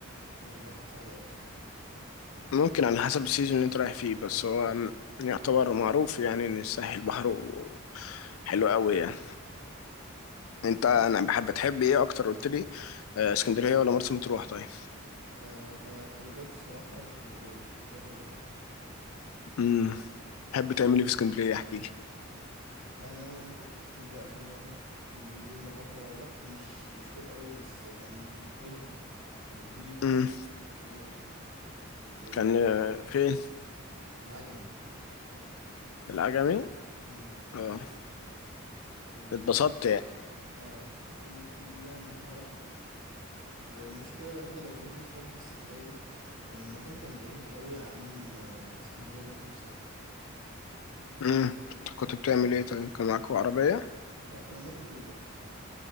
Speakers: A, on the right (about 65°); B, on the left (about 80°).
A: كان البحر صعب أوي الصراحة
B: ممكن على حسب السيزون اللي انت رايح فيه بس هو
A: مم.
B: يعتبر معروف يعني ان الساحل بحره حلو قوي يعني انت
A: الم...
B: انا بحب تحب ايه اكتر قلت لي آه، اسكندريه ولا مرسى مطروح طيب
A: آه كخروجات الصراحة اسكندرية اسكندرية خروجات أحلى
B: امم تحب تعمل ايه في اسكندريه احكي لي
A: يعني أنا لما كنت في اسكندرية آخر مرة نزلنا بحر هو بحر مش مشهور أوي بس كان حلو ونضيف
B: امم
A: وكتير وفي
B: كان آه، فين
A: العجمي
B: العجمي
A: مم.
B: اه
A: و
B: اتبسطت يعني.
A: اه ويعني خرجنا المشكلة الوحيدة اللي واجهتني الصراحة في السفرية دي إن المكان كان بعيد أوي عن آه، اسكندرية ذات نفسها
B: امم انت كنت بتعمل ايه طيب كان معاكوا عربية
A: لا كنا بناخد أوبر